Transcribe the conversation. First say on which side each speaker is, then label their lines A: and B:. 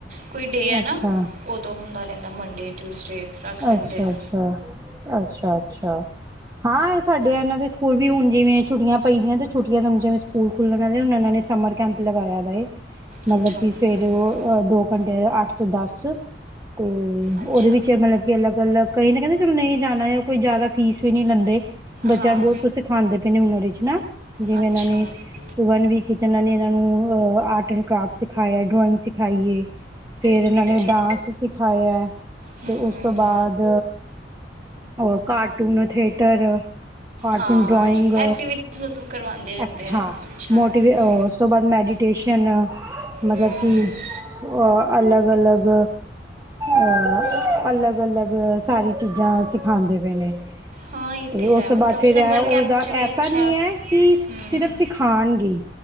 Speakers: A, on the right; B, on the right.
A: ਕੋਈ ਡੇ ਹੈ ਨਾ
B: ਅੱਛਾ ਅੱਛਾ
A: ਹੁੰਦਾ ਰਹਿੰਦਾ ਮੰਡੇ, ਟਿਊਜ਼ਡੇ ਰੱਖ ਲੈਂਦੇ
B: ਅੱਛਾ-ਅੱਛਾ
A: ਆ
B: ਅੱਛਾ-ਅੱਛਾ। ਹਾਂ ਇਹ ਸਾਡੇ ਇਹਨਾਂ ਦੇ ਸਕੂਲ ਵੀ ਹੁਣ ਜਿਵੇਂ ਛੁੱਟੀਆਂ ਪਈ ਦੀਆਂ ਤੇ ਛੁੱਟੀਆਂ ਤੁਾਨ ਜਿਵੇਂ ਸਕੂਲ ਖੁੱਲਣ ਆਲੇ ਹੁਣ ਏਨਾ ਨੇ ਸਮਰ ਕੈਂਪ ਲਗਾਇਆ ਦਾ ਏ। ਮਤਲਬ
A: ਅੱਛਾ
B: ਕਿ
A: ਹੂੰ
B: ਸਵੇਰੇ ਉਹ ਦੋ ਘੰਟੇ ਅੱਠ ਤੋਂ ਦੱਸ ਤੇ
A: ਅੱਛਾ
B: ਉਹਦੇ ਵਿੱਚ ਮਤਲਬ ਗੱਲ ਕਈ ਤਾਂ ਕਹਿੰਦੇ ਚਲੋ ਨਹੀਂ ਜਾਣਾ ਕੋਈ ਜ਼ਿਆਦਾ ਫੀਸ ਵੀ ਨਹੀਂ ਲੈਂਦੇ। ਬੱਚਿਆਂ
A: ਹਾਂ
B: ਨੂੰ ਬਹੁਤ ਕੁਝ ਸਿਖਾਉਂਦੇ ਪਏ ਨੇ ਉਹ ਵਿੱਚ ਨਾ ਜਿਵੇਂ
A: ਅੱਛਾ
B: ਇਹਨਾਂ ਨੇ
A: ਓ
B: ਵਨ ਵੀਕ ਕਿ ਜਿਨਾਂ ਨੇ ਇਹਨਾਂ ਨੂੰ ਅ ਆਰਟ ਐਂਡ ਕਰਾਫਟ ਸਿਖਾਇਆ ਡਰੋਇੰਗ ਸਿਖਾਈਏ ਫੇਰ
A: ਗੁੱਡ
B: ਇਹਨਾਂ ਨੇ ਡਾਂਸ ਸਿਖਾਇਆ
A: ਹੂੰ
B: ਤੇ ਉਸ ਉਸ ਤੋਂ ਬਾਅਦ ਅ ਕਾਰਟੂਨ ਥੇਟਰ। ਕਾਰਟੂਨ
A: ਹਾਂ
B: ਡਰਾਇੰਗ
A: ਐਕਟੀਵਿਟੀਜ਼ ਮਤਲਬ ਕਰਵਾਉਂਦੇ ਰਹਿੰਦੇ
B: ਅੱਛਾ
A: ਆ ਅੱਛਾ
B: ਮੋਟੀਵੇ
A: ਹੂੰ
B: ਅ ਉਸ ਤੋਂ ਬਾਅਦ ਮੈਡੀਟੇਸ਼ਨ ਮਤਲਬ
A: ਹੂੰ
B: ਕਿ ਅਲਗ-ਅਲਗ। <inaudible> ਅਲੱਗ-ਅਲੱਗ ਸਾਰੀ ਚੀਜ਼ਾਂ ਸਿਖਾਉਂਦੇ ਪਏ ਨੇ।
A: ਹਾਂ ਇਹ
B: ਤੇ
A: ਹੈ
B: ਉਸ ਤੋਂ
A: ਮਤਲਬ
B: ਬਾਅਦ ਫੇਰ
A: ਸਮਰ
B: ਉਸਦਾ
A: ਕੈਂਪ 'ਚ ਵੀ
B: ਐਸਾ
A: ਅੱਛਾ
B: ਨਹੀਂ ਹੈ ਕਿ
A: ਹੂੰ
B: ਸਿਰਫ਼ ਸਿਖਾਉਣਗੇ।